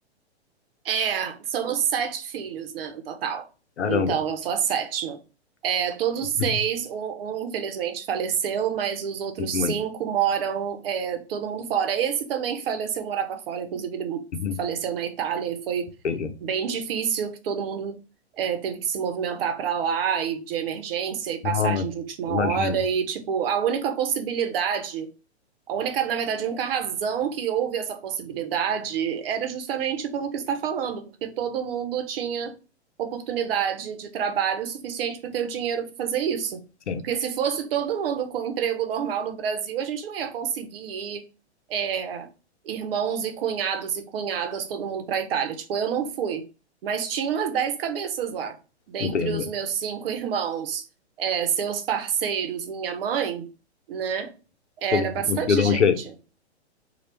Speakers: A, on the right; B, on the left.
A: É, somos sete filhos, né, no total.
B: Caramba,
A: Então, eu sou a sétima. Todos seis,
B: Uhum.
A: um, um, infelizmente faleceu, mas os outros
B: muito, muito.
A: cinco moram, é, todo mundo fora. Esse também que faleceu morava fora, inclusive ele
B: Uhum,
A: faleceu na Itália e foi
B: Entendi.
A: bem difícil que todo mundo é, teve que se movimentar para lá e de emergência e passagem
B: Nossa,
A: de última
B: imagino.
A: hora e tipo a única possibilidade a única, na verdade, a única razão que houve essa possibilidade era justamente pelo que você está falando, porque todo mundo tinha oportunidade de trabalho suficiente para ter o dinheiro para fazer isso.
B: Sim,
A: Porque se fosse todo mundo com emprego normal no Brasil, a gente não ia conseguir ir, é, irmãos e cunhados e cunhadas, todo mundo para a Itália. Tipo, eu não fui, mas tinha umas 10 cabeças lá, dentre
B: entendi.
A: os meus cinco irmãos, é, seus parceiros, minha mãe né? Era
B: Todo mundo
A: bastante
B: conseguiu dar
A: gente.
B: um jeito.